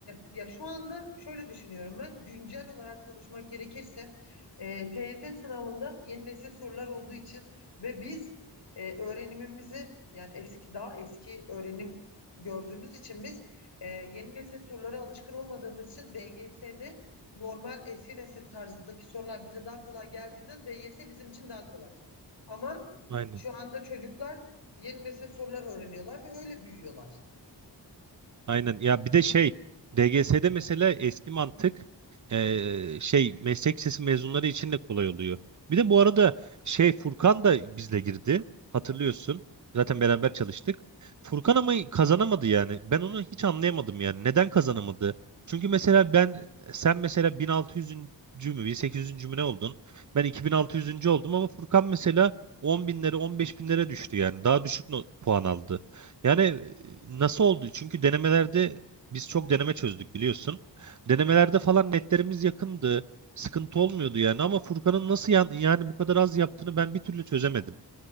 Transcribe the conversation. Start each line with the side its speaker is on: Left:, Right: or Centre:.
Left: ya şu anda şöyle düşünüyorum ben. Güncel olarak konuşmak gerekirse e, TYT sınavında yeni nesil sorular olduğu için ve biz e, öğrenimimizi yani eski daha eski öğrenim gördüğümüz için biz e, yeni nesil sorulara alışkın olmadığımız için DGS'de normal eski nesil tarzındaki sorular bize daha kolay geldiğinden DYS bizim için daha kolay. Ama
Right: Aynen.
Left: şu anda çocuklar yeni nesil sorular öğreniyorlar ve öyle büyüyorlar.
Right: Aynen ya bir de şey DGS'de mesela eski mantık eee, şey meslek lisesi mezunları için de kolay oluyor. Bir de bu arada şey Furkan da bizle girdi hatırlıyorsun zaten beraber çalıştık. Furkan ama kazanamadı yani ben onu hiç anlayamadım yani neden kazanamadı? Çünkü mesela ben sen mesela 1600'üncü mü 1800'üncü mü ne oldun? Ben 2600'üncü oldum ama Furkan mesela 10 binlere 15 binlere düştü yani daha düşük not, puan aldı. Yani e, nasıl oldu? Çünkü denemelerde biz çok deneme çözdük biliyorsun. Denemelerde falan netlerimiz yakındı. Sıkıntı olmuyordu yani ama Furkan'ın nasıl yan- yani bu kadar az yaptığını ben bir türlü çözemedim.